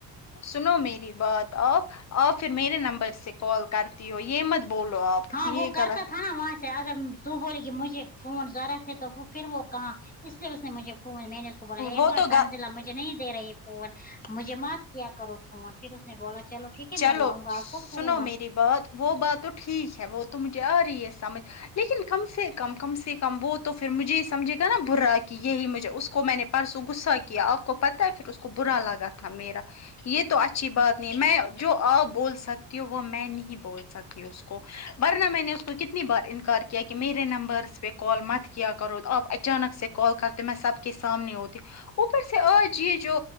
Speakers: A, on the left; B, on the left.
A: سنو میری بات آپ آپ پھر میرے نمبر سے کال کرتی ہو یہ مت بولو آپ
B: ہاں
A: یہ
B: وہ کرتا
A: غلط
B: تھا نا وہاں سے اگر تو بولی کہ مجھے فون ذرا سے تو پھر وہ کہاں اس لیے اس نے مجھے فون میں نے اس کو بولا ایک
A: وہ
B: بار
A: تو
B: تنزیلہ
A: گ
B: مجھے نہیں دے رہی فون مجھے مت کیا کرو فون پھر اس نے بولا چلو ٹھیک ہے
A: چلو
B: میں لاؤں گا
A: سنو
B: آپ کو فون
A: میری بات وہ بات تو ٹھیک ہے وہ تو مجھے آ رہی ہے سمجھ لیکن کم سے کم کم سے وہ تو پھر مجھے ہی سمجھے نا برا کی یہی مجھے اس کو میں نے پرسوں غصہ کیا آپ کو پتہ ہے پھر اس کو برا لگا تھا میرا یہ تو اچھی بات نہیں میں جو آپ بول سکتی ہو وہ میں نہیں بول سکتی اس کو ورنہ میں نے اس کو کتنی بار انکار کیا کہ میرے نمبرس پہ کال مت کیا کرو آپ اچانک سے کال کرتے میں سب کے سامنے ہوتی اوپر سے آ ج یہ جو